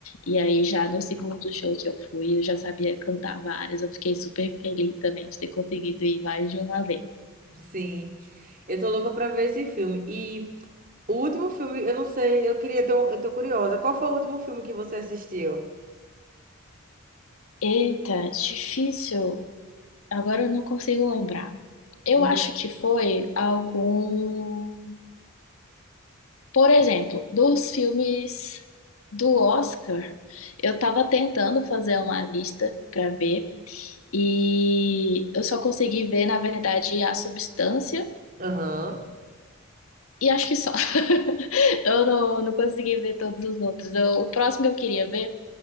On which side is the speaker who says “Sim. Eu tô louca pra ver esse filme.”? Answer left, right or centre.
Right